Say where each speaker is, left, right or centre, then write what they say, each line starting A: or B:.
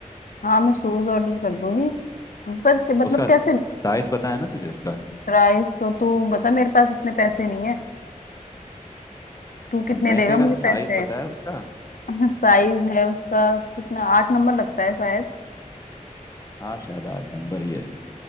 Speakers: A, on the left; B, on the left.
A: हाँ मैं शूज ऑर्डर कर दूंगी पर के- मतलब
B: उसका
A: कैसे
B: साइज़ पता है ना तुझे उसका
A: प्राइस तो तू बता मेरे पास इतने पैसे नहीं है तू कितने
B: मैं
A: देगा
B: क्या
A: मुझे
B: कर रहा हूँ साइज़
A: पैसे
B: पता है उसका
A: <laughs> साइज है उसका कितना आठ नंबर लगता है शायद
B: हाँ शायद आठ नंबर ही है